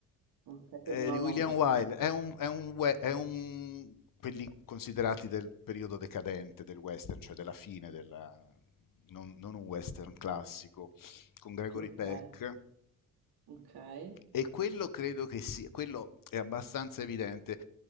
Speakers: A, on the right (about 60°); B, on the left (about 50°).
A: okay, che
B: eh,
A: non
B: di William
A: ho mai
B: Wilde, è un, è un we- è un- quelli considerati del periodo decadente del western, cioè della fine, della, non, non un western classico, con Gregory
A: okay,
B: Peck
A: okay.
B: e quello credo che sia, quello è abbastanza evidente,